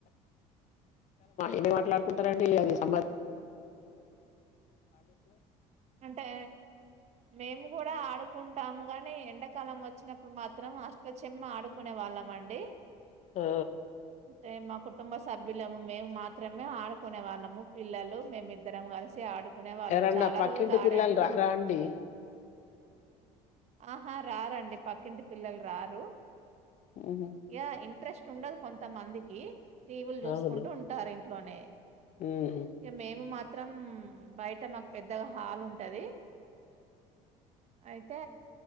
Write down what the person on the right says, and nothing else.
అంటే మేము కూడా ఇడ ఆడుకుంటాము గాని ఎండాకాలం వచ్చినప్పుడు మాత్రం అష్టచమ్మ ఆడుకునే వాళ్ళం అండి
అంటే మా కుటుంబ సభ్యులము మేము మాత్రమే ఆడుకునే వాళ్ళము పిల్లలు మేమిద్దరం కలిసి ఆడుకునే వాళ్ళం
చాలా
రోజులు ఆడాము
ఆహా రారంండి పక్కింటి పిల్లలు రారు
ఇక ఇంట్రెస్ట్ ఉండదు కొంతమందికి టీవీలు చూసుకుంటూ
ఉంటారు ఇంటి ఇంట్లోనే
ఇక మేము మాత్ త్రం బయట మాకు పెద్దగా హల్ ఉంటుంది అయితే